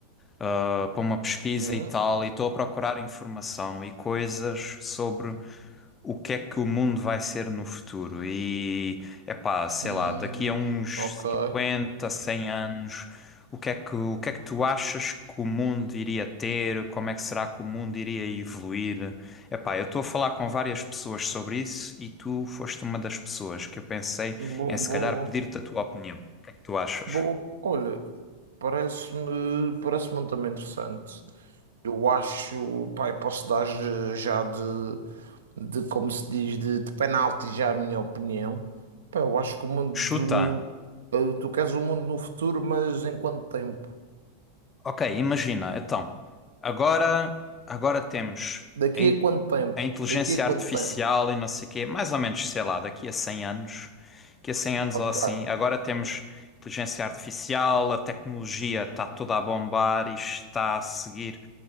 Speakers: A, on the left (about 20°); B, on the right (about 65°).
A: ah, para uma pesquisa
B: Hum,
A: e tal, e estou a procurar informação e coisas sobre o que é que o mundo vai ser no futuro. E, epá, sei
B: hum,
A: lá, daqui a uns
B: ok.
A: 50 100 anos, o que é que, o que é que tu achas que o mundo iria ter? Como é que será que o mundo iria evoluir? Epá, eu estou a falar com várias pessoas sobre isso e tu foste uma das pessoas que eu pensei
B: Boa,
A: em se
B: boa,
A: calhar pedir-te
B: boa.
A: a tua opinião. O que é que tu achas?
B: Boa. Olha, parece-me parece-me um tema interessante. Eu acho, pai, posso dar eh, já de, de como se diz, de, de penalti já a minha opinião. Pá, eu acho que o mundo
A: Chuta!
B: do, eh, tu queres o mundo no futuro, mas em quanto tempo?
A: Ok, imagina, então, agora, agora temos
B: Daqui
A: a, in-
B: a quanto tempo?
A: a inteligência
B: Daqui a quanto
A: artificial
B: tempo?
A: e não sei o quê, mais ou menos, sei lá, daqui a 100 anos, daqui a 100 anos
B: Ok.
A: ou assim, agora temos inteligência artificial, a tecnologia está toda a bombar e está a seguir